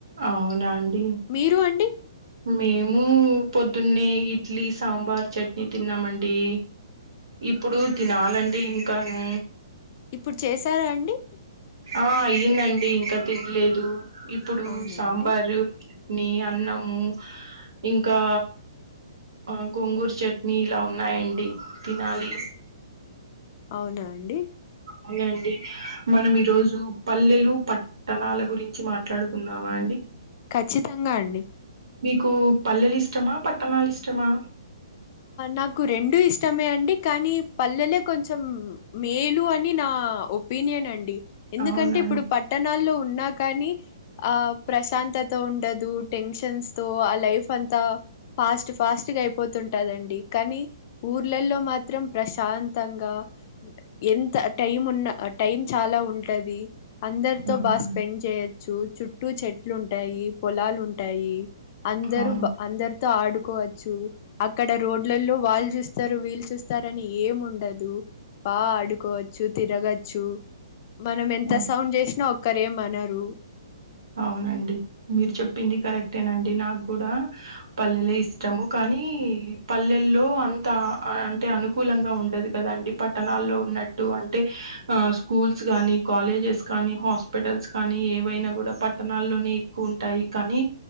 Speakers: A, on the right (about 90°); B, on the left (about 40°).
A: అవునాండి
B: మీరు అండి
A: మేము పొద్దున్నే ఇడ్లీ సాంబార్ చట్నీ తిన్నామండి ఇప్పుడు తినాలండి ఇంకాను
B: ఇప్పుడు చేసరా అండి
A: ఆ అయిందండి ఇంకా తినలేదు ఇప్పుడు
B: అవునా
A: సాంబారు
B: అండి
A: చట్నీ అన్నము ఇంకా ఆ గోంగుర చట్నీ ఇలా ఉన్నాయండి తినాలి
B: అవును. అవునా అండి
A: అవునండి మనం ఈరోజు పల్లెలు పట్ ట్టానాల గురించి మాట్లాడుకుందామా అండి
B: ఖచ్చితంగా అండి
A: మీకు పల్లెలు ఇష్టమా పట్టణాలు ఇష్టమా
B: నాకు రెండు ఇష్టమే అండి కానీ పల్లెలే కొంచెం మేలు అని నా ఒపీనియన్ అండి ఎందుకంటే
A: అవునా
B: ఇప్పుడు
A: అండి
B: ప పట్టణాల్లో ఉన్నా కాని ఆ ప్రశాంతత ఉండదు టెన్షన్స్ తో ఆ లైఫ్ అంతా ఫాస్ట్ ఫాస్ట్ గా అయిపోతుంటాదండి కానీ ఊర్లలో మాత్ త్రం ప్రశాంతంగా ఎంత టైం ఉన్న టైం చాలా ఉంటది అందరితో
A: అవునా
B: బాగా స్పెండ్ చేయొచ్చు చుట్టూ చెట్లు ఉంటాయి పొలాలు ఉంటాయి అందరు
A: అవును
B: అందరితో ఆడుకోవచ్చు అక్కడ రోడ్లలో వాళ్ళు చూస్తారు వీళ్ళు చూస్తారని ఏం ఉండదు బా ఆడుకోవచ్చు తిరగచ్చు మనం ఎంత
A: ఆ!
B: సౌండ్ చేసినా ఒక్కరేమనరు
A: అవునండి మీరు చెప్పింది కరెక్టేనండి నాకు కూడా పల్లెలే ఇష్టము కానీ పల్లెల్లో అంత అంటే అనుకూలంగా ఉండదు కదండి పట్టణాల్లో ఉన్నట్టు అంటే ఆ స్కూల్స్ కాగానీ కాలేజెస్ కానీ హాస్పిటల్స్ కానీ ఏవైనా కూడా పట్టణాల్లోనే ఎక్కువ ఉంటాయి కానీ